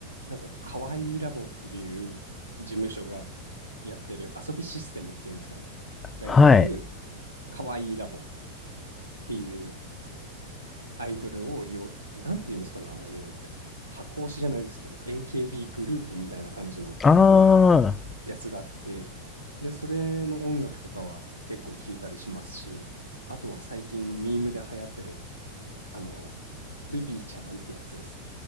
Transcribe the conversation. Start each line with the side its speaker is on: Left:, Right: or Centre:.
Right: なんか、かわいいラボっていう事務所がやってる、遊びシステムっていうんですかね、がやってる、
Left: はい。
Right: かわいいラボっていうアイドルをよ、なんていうんですかね、ああいうのって。は箱推しじゃないですけど、AKB グループみたいな感じの
Left: あー、
Right: やつがあって、で、それの音楽とかは結構聞いたりしますし、あとは最近ミームで流行ってる、あの、ルビーちゃんってやつです。